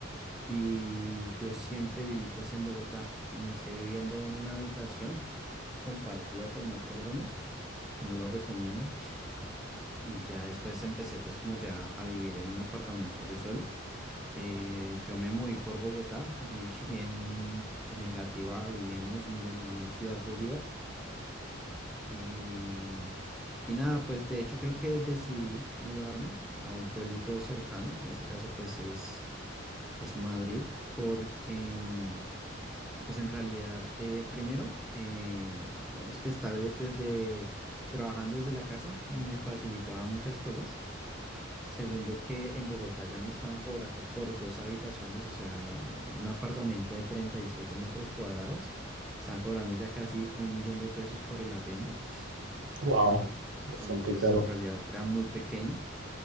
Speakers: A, in the centre; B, on the right.
A: y yo siempre viví pues en Bogotá. Inicié viviendo en una habitación compartida con más personas, que no lo recomiendo. Y ya después empecé pues como ya a vivir en un apartamento yo solo. Eh, yo me moví por Bogotá, <laughs> viví en, en Engativá, viví en Usme, viví en Ciudad Bolívar. Y, y nada, pues de hecho creo que decidí mudarme a un pueblito cercano, que en este caso pues es, es Madrid, porque mm, pues en realidad eh, primero, eh, digamos que estar de- desde trabajando desde la casa me facilitaba muchas cosas. Segundo, que en Bogotá ya me estaban cobrando por dos habitaciones, o sea, un apartamento de 37 metros cuadrados, me estaban cobrando ya casi un millón de pesos por el arriendo
B: Wow,
A: cuando,
B: bastante
A: cuando pues
B: caro.
A: en realidad era muy pequeño.